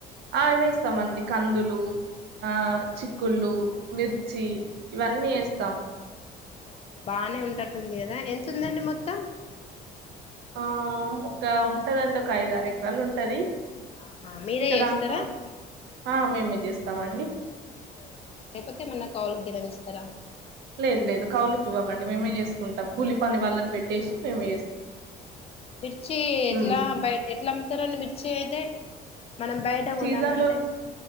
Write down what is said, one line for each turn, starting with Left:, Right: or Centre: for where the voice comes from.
Right: ఆ వేస్తామండి కందులు ఆ చిక్కుళ్ళు మిర్చి ఇవన్నీ యేస్తాం
Left: ఆహా బాగానే ఉంటట్టుంది గదా ఎంతుందండి మొత్తం
Right: ఆ ఒక ఉంటదండి ఒక ఐదారు ఎకరాలు ఉంటది
Left: ఆహా మీరే
Right: ఇంకా
Left: చేస్తారా
Right: దాంట్లో ఆ మేమే జేస్తామండి
Left: ఆహా లేకపోతే ఏమన్నా కౌలుగిన ఇస్తరా
Right: లేదు లేదు కౌలుకి ఇవ్వమండి మేమే జేసుకుంటాం కూలి పని వాళ్ళని బెట్టేసి మేమే జేస్
Left: మిర్చి ఎట్లా
Right: ఉమ్
Left: బయట ఎట్లా అమ్ముతరు అండి మిర్చి అయితే మనం బయట
Right: సీజన్
Left: కొనాలంటే
Right: లో